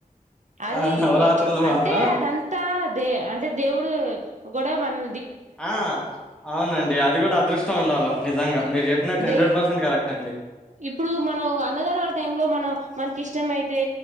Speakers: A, on the right; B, in the centre.
A: అది
B: ఆ నవరాత్రులు
A: అంటే
B: మాత్రం
A: అదంతా దే అంటే దేవుడు కూడా మన్
B: ఆ అవునండి అది కూడా అదృష్టం ఉండాల నిజంగా మీరు చెప్పినట్టు
A: డే
B: హండ్రెడ్ పర్సెంట్ కరెక్ట్ అండి
A: ఇప్పుడు మనం అన్నదానాల టైంలో మనం మనకి ఇష్టమయి తే